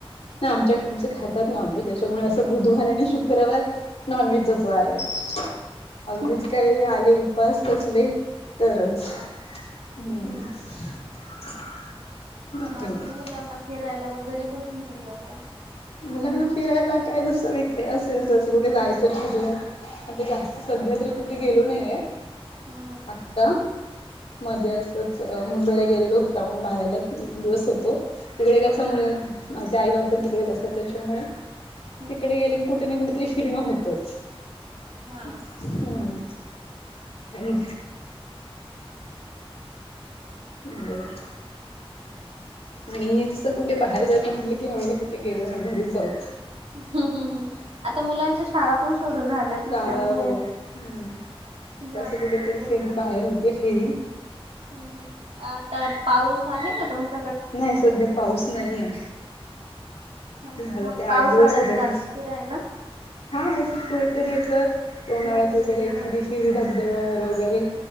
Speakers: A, on the left; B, on the right.
A: आमच्या आमच खातात नॉनव्हेजच्यामुळे असं बुधवार आणि शुक्रवार. नॉन वेज च् वार आहे. अगदीच
B: हम्म
A: काही आले उपास कसले तरच
B: हा
A: हम्
B: हम्म
A: <inaudible>
B: बाकी
A: नाही
B: मुलांना फिरायला वगैरे कुठे घेऊन जातात.
A: मुलांना फिरायला काय तसं वे असेल तसं कुठे जायचं फिरलं. आता जास्त सध्या तरी कुठे गेलो नाहीये.
B: हम हम.
A: आत्ता मध्ये असंच मुंबईला गेले लोक राहून मारायला दोन दिवस होतो. तिकडे
B: हम्म
A: कं मुलं माझे आई बाप पण तिकडेच असत त्याच्यामुळे
B: हम्म
A: तिकडे
B: हम्म हम्म
A: गेले. कुठे ना कुठ तरी फिरणं होतच
B: हा
A: हम. आणि. <inaudible> आणि तसं कुठे बाहेर जायचं म्हटलं की हवेळेला कुठे गेलो नाही घरी जाौत.
B: हम्म हम् हम् आता मुलांच्या शाळा पण सुरू झाल्यात
A: शाळा
B: ना त्यामुळे
A: हो हम्म
B: जाणं
A: तसं कुठेतरी
B: शक्य नाही.
A: फरी बाहेर होते फेरी
B: हम् हम आता पाऊस आहे का तुमचा.
A: नाही सध्या पाऊस नाहीय.
B: ह
A: झालं
B: मग
A: ते आठ
B: पावसाळ्यात
A: दिवस होत
B: जाता
A: त
B: फिरायला
A: हा असं कुठेतरी आपलं उन्हाळ्यात
B: धबधबे
A: वगैरे एखादी फिरी धबधब्यावर वगैरे.